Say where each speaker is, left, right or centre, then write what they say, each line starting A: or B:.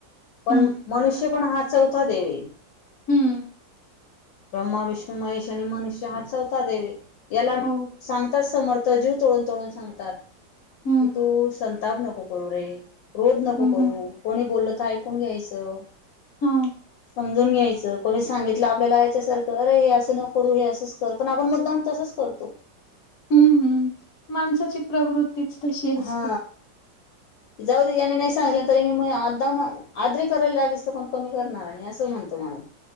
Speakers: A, on the left; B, on the left.
A: पण
B: हं,
A: मनुष्य पण हा चौथा देव ये
B: हं.
A: ब्रह्मा, विष्णू, महेश आणि मनुष्य हा चौथा देव ये याला
B: हो.
A: सांगताच समर्थ जीव तोडून तोडून सांगतात
B: हं,
A: की तू संताप नको करू रे क्रोध नको
B: हं,
A: करू
B: हं.
A: कोणी बोललं तर ऐकून घ्यायचं.
B: हां.
A: समजून घ्यायचं कोणी सांगितलं आपल्याला याच्यासारखं अरे हे असं नको करू हे असंच कर पण आपण मुद्दाम तसंच करतो.
B: हूं हूं माणसाची प्रवृ तीच तशी असते.
A: हा जाऊ दे याने नाय सांगितलं तरी मी म आ दा ना आदरी करायला लावीस त पण कमी करणार आणि असं म्हणतो माणूस